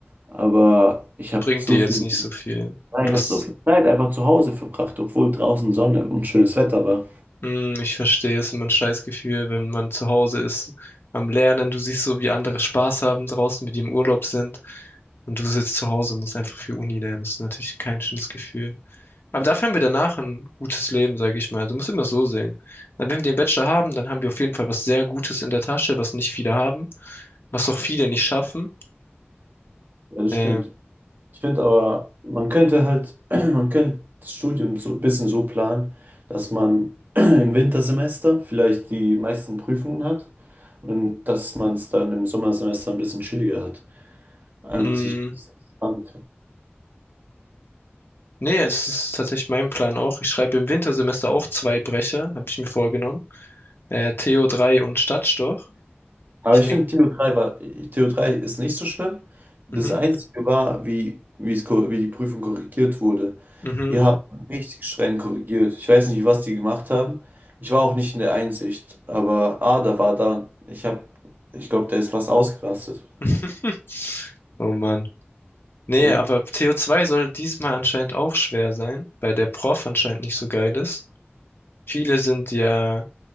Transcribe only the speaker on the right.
aber ich habe
so
viel
Ja,
ich
habe
so viel Zeit einfach zu Hause verbracht, obwohl draußen Sonne und schönes Wetter war.
Ja, das
stimmt. Ich finde aber, man könnte halt, <clears throat> man könnte das Studium so ein bisschen so planen, dass man <clears throat> im Wintersemester vielleicht die meisten Prüfungen hat und dass man es dann im Sommersemester ein bisschen chilliger hat. Einfach
sich entspannen
Aber
ich
finde, Theo 3 war, Theo 3 ist nicht so schlimm. Das
Einzige war, wie, wie, es, ko- wie die Prüfung korrigiert wurde.
Die haben richtig streng korrigiert. Ich weiß nicht, was die gemacht haben. Ich war auch nicht in der Einsicht, aber Ada war da. Ich habe, ich glaube, der ist fast ausgerastet.
Ja.